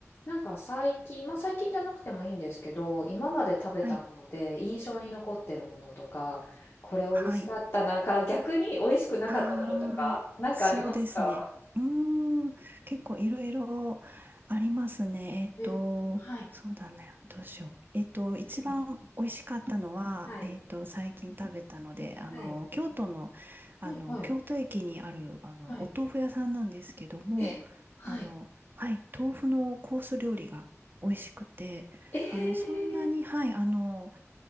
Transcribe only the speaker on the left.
なんか最近、まあ最近じゃなくてもいいんですけど、今まで食べたもので印象に残ってるものとか、
これ美味しかったなか、
逆に美味しくなかったものとか、
なんかありますか
えー、はい、
はい、はい。
は
い、はい、
はい。
え、はい。
え